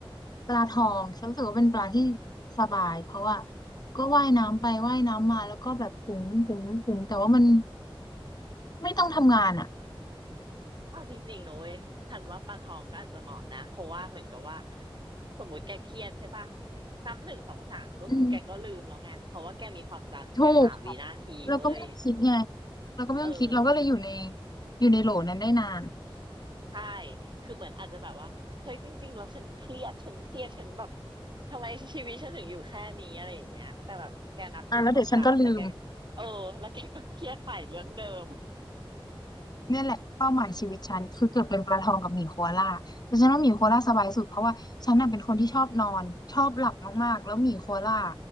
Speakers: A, on the left; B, on the right.
A: ปลาทองฉันรู้สึกว่าเป็นปลาที่สบายเพราะว่าก็ว่ายน้ำไปว่ายน้ำมาแล้วก็แบบปุ๋งปุ๋งปุ๋งแต่ว่ามันไม่ต้องทำงานอ่ะ
B: เอาจริงๆนะเว้ยทันว่าปลาทองก็อาจจะเหมาะนะเพราะว่าเหมือนกับว่าสมมติแกเครียดใช่ปะนับหนึ่งสองสามก็คือแกก็ลืมแล้วไงเพราะว่าแกมีความจำแค่สามวินาทีเว้ย
A: อืม ถูกเราก็ไม่ต้องคิดไงเราก็ไม่ต้องคิด
B: เออ
A: เราก็เลยอยู่ใน อยู่ในโหลนั้นได้นาน
B: ใช่ คือเหมือนอาจจะแบบว่า เฮ้ยจริงๆแล้วฉันเครียด ฉันเครียด ฉันแบบทำไมชีวิตฉันถึงอยู่แค่นี้อะไรอย่างเงี้ยแต่แบบแกนับหนึ่งสองสามแล้วแก
A: อ่ะแล้วเดี๋ยวฉันก็ลืม
B: เออแล้วแกก็เครียดใหม่เรื่องเดิม
A: เนี่ยแหละเป้าหมายชีวิตฉันคือเกิดเป็นปลาทองกับหมีโคอาล่าแต่ฉันว่าหมีโคอาล่าสบายสุดเพราะว่าฉันน่ะเป็นคนที่ชอบนอนชอบหลับมากๆแล้วหมีโคอาล่า